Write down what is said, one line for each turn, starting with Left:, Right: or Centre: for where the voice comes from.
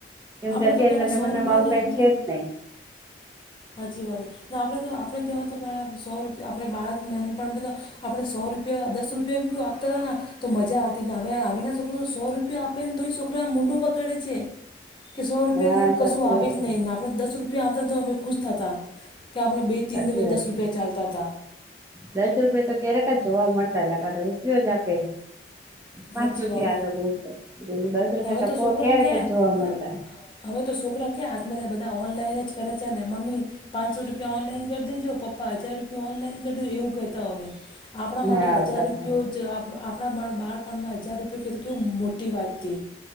Right: એમ
Left: આપણે
Right: કે અત્યારના
Left: તો પહેલાં
Right: જમાનામાં
Left: સો રૂપિયાની
Right: આવું કઈ
Left: બી
Right: છે જ નહી.
Left: સાચી વાત આપણે તો આપણે જેવા તો પણ સો રૂપિયા આપણે બાળક નાનપણ બધા આપણે સો રૂપિયા દસ રૂપિયા બી કોઈ આપતા હતા. તો મજા આવતી ને હવે આવેના છોકરોને સો રૂપિયા આપે ને તોય છોકરાઓ મોંઢુ બગાડે છે. કે સો રૂપિયાથી
Right: હા સાચી
Left: કશું આવે
Right: વાત
Left: જ નહીને આપણે દસ રૂપિયા આવતાને તો અમે ખુશ થતા કે, આપણે બે ત્રણ
Right: સાચી
Left: દિવસ
Right: વાત
Left: દસ
Right: છે.
Left: રૂપિયા ચાલતા હતા
Right: દસ રૂપિયા તો ક્યારેક જ જોવા મળતા ને રૂપિયો જ આપે પાંચ
Left: સાચી
Right: રૂપિયા
Left: વાત
Right: આપે
Left: હે
Right: બહુ તો દસ રૂપિયા
Left: ને હવે છોકરોને
Right: તો ક્યારેક
Left: ક્યાંય
Right: જ જોવા મળતા.
Left: હવે તો છોકરા ક્યાં હાથ લે બધા ઓનલાઈન જ કરે છે ને મમ્મી પાંચસો રૂપિયા ઓનલાઈન કરી દેજો પપ્પા હજાર રૂપિયા ઓનલાઈન કરી દો એવું કહેતા હોય. આપણા માટે
Right: હા
Left: હજાર
Right: સાચું
Left: રૂપિયો જો આપણા બાળપણમાં હજાર રૂપિયો કે તો કેવું મોટી વાત હતી.